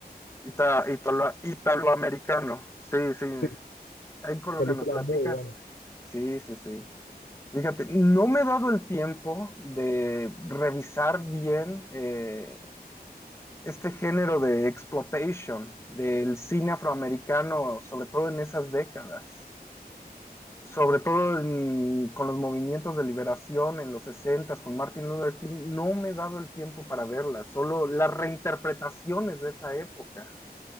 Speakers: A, on the left (about 15°); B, on the left (about 90°).
A: ita- italo- italoamericano. Sí, sí,
B: sí,
A: ahí con
B: película
A: lo que me platicas.
B: muy buena.
A: Sí, sí, sí. Fíjate, no me he dado el tiempo de revisar bien eh, este género de exploitation del cine afroamericano, sobre todo en esas décadas, sobre todo en- con los movimientos de liberación en los 60s con Martin Luther King. No me he dado el tiempo para verlas, solo las reinterpretaciones de esa época.